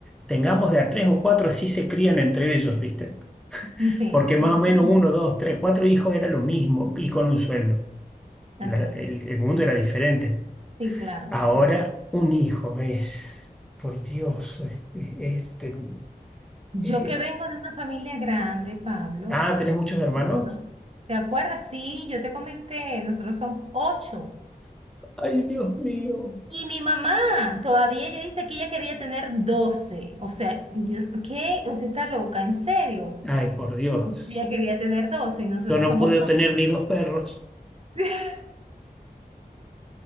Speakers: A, in the centre; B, on the right (about 40°).
A: tengamos de a tres o cuatro, así se crían entre ellos, ¿viste?
B: Ujú. Sí.
A: Porque más
B: <laughs>
A: o menos uno, dos, tres, cuatro hijos era lo mismo y con un sueldo. El,
B: Ok,
A: el- el mundo era diferente.
B: sí, claro,
A: Ahora,
B: claro.
A: un hijo es, por Dios, es, es- es- es-
B: Yo
A: eh,
B: que vengo de una familia grande, Pablo,
A: ah, ¿tenés muchos hermanos?
B: nosotros- ¿te acuerdas? Sí, yo te comenté, nosotros somos ocho.
A: Ay, Dios mío.
B: Y mi mamá todavía ella dice que ella quería tener doce. O sea, yo- ¿qué? Usted está loca, ¿en serio?
A: Ay, por Dios.
B: Ella quería tener doce y nosotros
A: Yo no
B: somos
A: pude
B: cuatro.
A: tener ni dos perros.
B: <laughs>